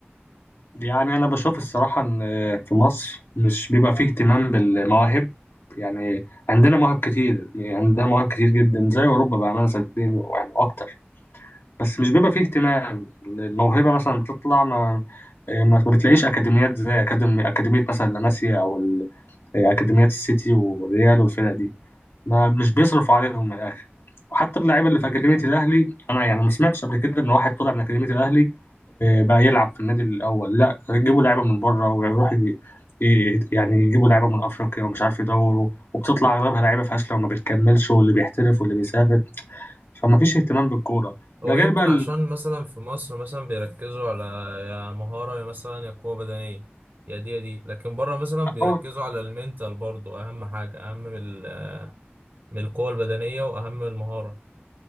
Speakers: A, on the left; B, on the right.
A: يعني انا بشوف الصراحه ان في مصر مش بيبقى فيه اهتمام بالمواهب يعني عندنا مواهب كتير يعني عندنا مواهب كتير جدا زي اوروبا بامانه صدقني يعني اكتر بس مش بيبقى فيه اهتمام الموهبة مثلا بتطلع ما ما بتلاقيش أكاديميات زي أكاديمي أكاديمية مثلا لاماسيا أو ال- أكاديميات السيتي والريال والفرق دي ما مش بيصرفوا عليهم من الآخر وحتى اللعيبة اللي في أكاديمية الأهلي أنا يعني ما سمعتش قبل كده إن واحد طلع من أكاديمية الأهلي آه، بقى يلعب في النادي الأول لا يجيبوا لعيبة من بره ويروح ي- ي- يعني يجيبوا لعيبة من أفريقيا ومش عارف يدوروا وبتطلع أغلبها لعيبة فاشلة وما بتكملش واللي بيحترف واللي بيسافر فما فيش اهتمام بالكورة
B: هو
A: ده غير
B: يمكن
A: بقى
B: عشان مثلا في مصر مثلا بيركزوا على يا مهارة يا مثلا يا قوة بدنية يا دي يا دي لكن بره مثلا بيركزوا
A: هو
B: على المنتال برضو أهم حاجة أهم من ال- من القوة البدنية وأهم من المهارة